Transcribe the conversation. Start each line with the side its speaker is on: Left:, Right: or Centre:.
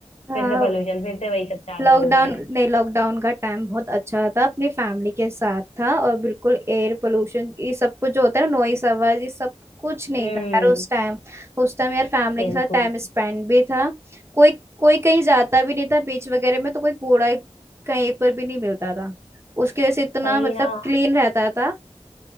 Right: हाँ
Left: फिर से पॉल्यूशन फिर से वही सब चालू
Right: लॉकडाउन
Left: हो गया है
Right: नहीं लॉकडाउन का टाइम बहुत अच्छा था अपनी फैमिली के साथ था और बिल्कुल एयर पोल्यूशन ये सब कुछ जो होता है ना नॉइस आवाज ये सब कुछ नहीं
Left: हम्म
Right: था यार उस टाइम उस टाइम यार फैमिली
Left: बिल्कुल
Right: के साथ टाइम स्पेंड भी था कोई कोई कहीं जाता भी नहीं था बीच वगैरह में तो कोई कूड़ा कहीं पर भी नहीं मिलता था उसकी वजह से इतना
Left: वही
Right: मतलब
Left: ना
Right: क्लीन रहता था